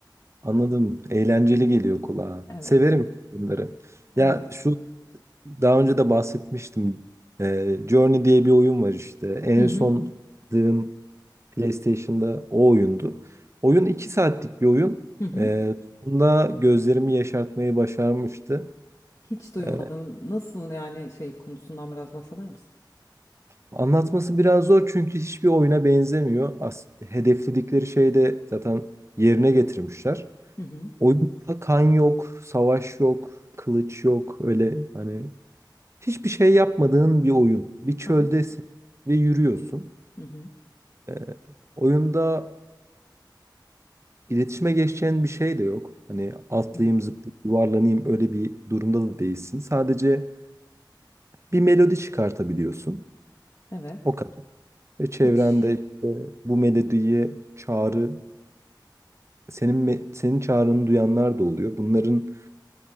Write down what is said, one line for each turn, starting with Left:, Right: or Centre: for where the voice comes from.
Right: anladım. Eğlenceli geliyor kulağa.
Left: Evet.
Right: Severim bunları.
Left: Evet.
Right: Ya şu Daha önce de bahsetmiştim. Ee, Journey diye bir oyun var işte. En
Left: Hı hı.
Right: son aldığım PlayStation'da o oyundu. Oyun 2 saatlik bir oyun.
Left: Hı hı.
Right: Ee, sonunda gözlerimi yaşartmayı başarmıştı.
Left: Hiç duymadım.
Right: Ee,
Left: Nasıl yani şey konusundan biraz bahseder misin?
Right: anlatması biraz zor çünkü hiçbir oyuna benzemiyor. As hedefledikleri şeyi de zaten yerine getirmişler.
Left: Hı hı.
Right: Oyunda kan yok, savaş yok, kılıç yok. Öyle hani hiçbir şey yapmadığın bir oyun. Bir çöldesin
Left: Aha.
Right: ve yürüyorsun.
Left: Hı hı.
Right: Ee, oyunda iletişime geçeceğin bir şey de yok. Hani atlayayım,
Left: Evet.
Right: zıplayayım, yuvarlanayım öyle bir durumda da değilsin. Sadece bir melodi çıkartabiliyorsun.
Left: Evet.
Right: O kadar. Ve çevrende
Left: Hiç
Right: işte bu melodiye çağrı, senin me- senin çağrını duyanlar da oluyor. Bunların